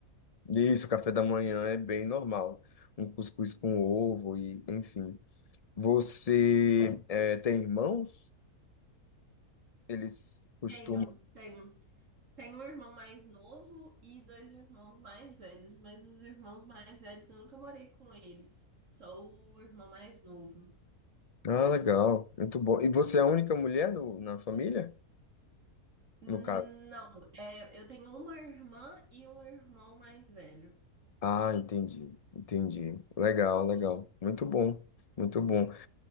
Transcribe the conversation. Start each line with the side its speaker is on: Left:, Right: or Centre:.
Left: E Isso, o café da manhã é bem normal. Um cuscuz com ovo e, enfim. Você é, tem irmãos? Eles costumam.
Right: Tenho, tenho. Tenho um irmão mais novo e dois irmãos mais velhos, mas os irmãos mais velhos eu nunca morei com eles, só o irmão mais novo.
Left: Ah, legal, muito bom. E você é a única mulher no- na família?
Right: Hum,
Left: No caso.
Right: Não, é, eu tenho uma irmã e um irmão mais velho.
Left: Ah, entendi, entendi. Legal, legal. Muito bom, muito bom.